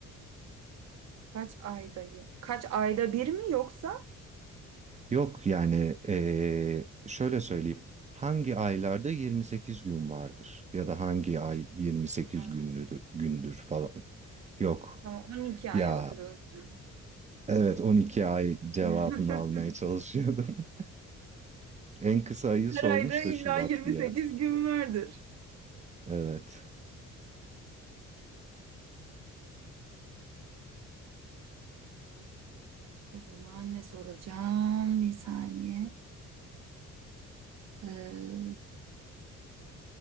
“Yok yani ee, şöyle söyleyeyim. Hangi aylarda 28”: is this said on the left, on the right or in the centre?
Right